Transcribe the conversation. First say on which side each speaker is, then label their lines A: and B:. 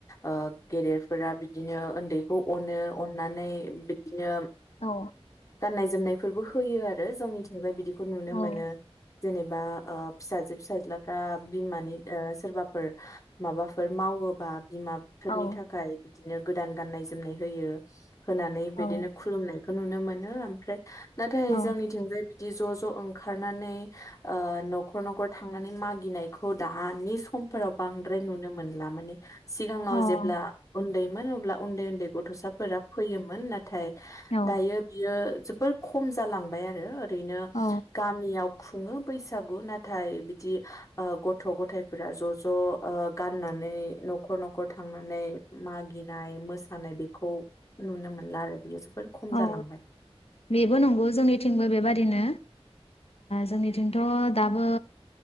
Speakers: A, on the left (about 30°); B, on the left (about 70°).
A: ओ गेदेरफोरा बिदिनो ओन उन्दैखौ अनो अननानै बिदिनो
B: औ
A: गाननाय जोमनायफोरबो होयो आरो जोंनिथिंजाय बिदिखौ नुनो
B: औ
A: मोनो। जेनेबा ओ फिसाजो फिसाज्ला ओ बिमानि ओ सोरबा फोर माबाफोर मावोबा बिमाफोरनि
B: औ
A: थाखाय बिदिनो गोदान गाननाय जोमनाय होयो। होनानै बिदिनो
B: औ
A: खुलुमनाय नुनो मोन नो ओमफ्राय नाथाय
B: अ
A: जोंनिथिंजाय बि ज'ज' ओंखारनानै ओ न'खर न'खर थांनानै मागिनायखौ दानि समफोराव बांद्राय नुनो मोनला माने सिगाङाव
B: औ
A: जेब्ला उन्दै मोन अब्ला उन्दै उन्दै गथसाफोरा फैयोमोन नाथाय
B: औ
A: दायो जोबोर खम जालांबाय आरो ओरैनो
B: औ
A: गामियाव खुङो बैसागु नाथाय बिदि गथ'गथाइफोरा ज'ज 'गाननानै न'खर न'खर थांनानै मागिनाय मोसानाय बेखौ नुनो मोनला आरो बियो जों बेफोर खम
B: औ
A: जालांबाय
B: बेबो नंगौ जोंनिथिंबो बेबादिनो जोंनिथिंथ दाबो